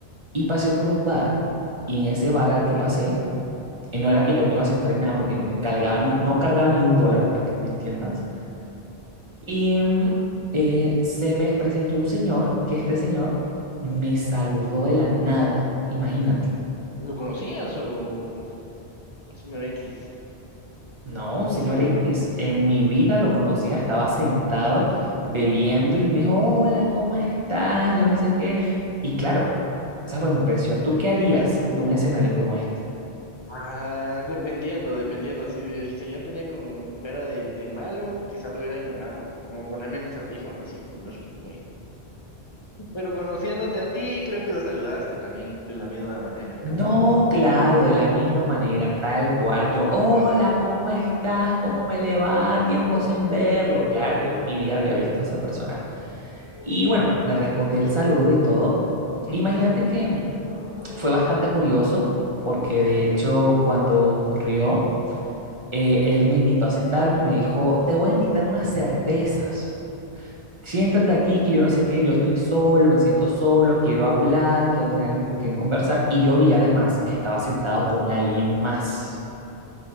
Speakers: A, on the right (about 35°); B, on the left (about 45°).
A: y pasé por un bar. Y en ese bar al que
B: Ya.
A: pasé, eh, no era que yo me iba a sentar ni nada porque ni cargaba ni, no cargaba ni un dólar, para que me entiendas. Y mm, eh, se me presentó un señor que este señor me saludó de la nada, imagínate.
B: ¿Lo conocías o un señor X
A: No,
B: te
A: señor
B: saludó?
A: X, en mi vida lo conocía, estaba sentado bebiendo y me dijo, hola, ¿cómo estás? Yo no sé qué. Y claro, esa fue mi impresión. ¿Tú qué harías ante un escenario
B: Mm.
A: como este?
B: Ah, dependiendo, dependiendo. Si el señor tenía como cara de, de malo, quizá lo hubiera ignorado. Como ponerme mis audífonos y no escuché. Pero conociéndote a ti, creo que lo saludaste también de la misma manera
A: No,
B: y con el mismo
A: claro, de la misma manera, tal cual. Yo,
B: hola.
A: hola, ¿cómo estás? ¿Cómo me le va? Tiempo sin
B: <laughs>
A: verlo. Claro, yo en mi vida había visto a esa persona. Y bueno, le respondí el saludo y todo.
B: Ujú.
A: Imagínate que mm, fue bastante curioso porque de hecho cuando ocurrió eh, él me invitó a sentarme y me dijo, te voy a invitar unas cervezas. Siéntate aquí, que yo no sé qué, yo estoy solo, me siento solo, quiero hablar, quiero tener alguien con quien conversar. Y yo vi además que estaba sentado con alguien más.